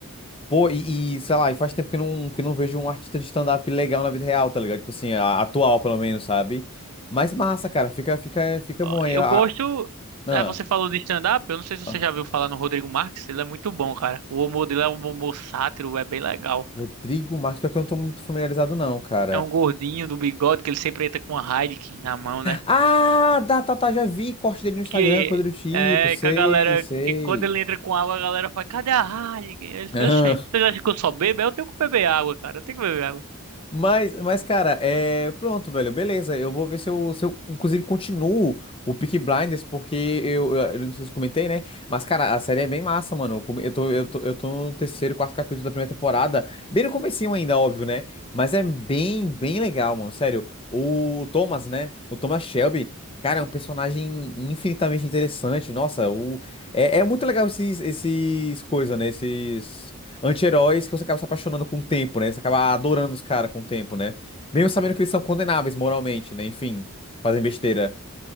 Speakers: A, on the left; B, on the right.
A: Pô, e, e, sei lá, e faz tempo que eu não, que eu não vejo um artista de stand-up legal na vida real, tá ligado? Tipo assim, a- atual, pelo menos, sabe? Mas massa, cara, fica, fica, fica bom aí.
B: Eu
A: Ah,
B: gosto...
A: ah,
B: ah, Você falou de stand-up, eu não sei se
A: ah,
B: você já viu falar no Rodrigo Marques, ele é muito bom, cara. O humor dele é um humor sátiro, é bem legal.
A: Rodrigo Marques, pior que eu não tô muito familiarizado, não, cara.
B: É um gordinho do bigode que ele sempre entra com a Heineken na mão, né?
A: Ah, tá, tá, tá, já vi corte dele no Instagram,
B: que
A: coisa do tipo,
B: é
A: sei,
B: que a galera
A: sei.
B: que quando ele entra com água, a galera fala, cadê a Heineken? Aí eu
A: <laughs>
B: falei, "Oxê, vocês acham que eu só bebo? Eu tenho que beber água, cara. Eu tenho que beber água.
A: Mas, mas, cara, é. Pronto, velho, beleza. Eu vou ver se eu, se eu inclusive, continuo o Peaky Blinders, porque eu, eu, eu não sei se eu comentei, né? Mas, cara, a série é bem massa, mano. Eu, come- eu tô, eu tô, eu tô no terceiro, quarto capítulo da primeira temporada. Bem no comecinho ainda, óbvio, né? Mas é bem, bem legal, mano. Sério. O Thomas, né? O Thomas Shelby, cara, é um personagem infinitamente interessante. Nossa, o, é, é muito legal esses, esses coisas, né? Esses anti-heróis que você acaba se apaixonando com o tempo, né? Você acaba adorando os caras com o tempo, né? Mesmo sabendo que eles são condenáveis moralmente, né? Enfim, fazem besteira.